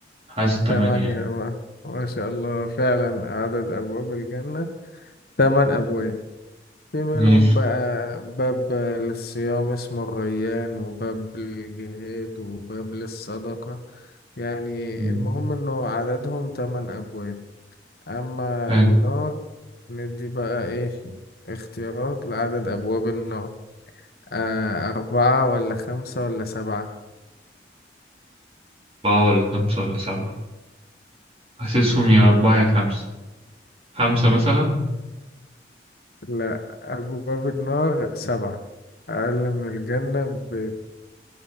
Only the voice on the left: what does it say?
تمانية
ما. ما شاء الله فعلا عدد أبواب الجنة تمن أبواب في منهم
بقى باب للصيام اسمه الريان وباب للجهاد وباب للصدقة يعني
المهم إنه عددهم تمن أبواب أما
النار ندي بقى إيه اختيارات لعدد أبواب النار آه أربعة ولا خمسة ولا سبعة
لا أبواب النار سبعة أقل من الجنة ب...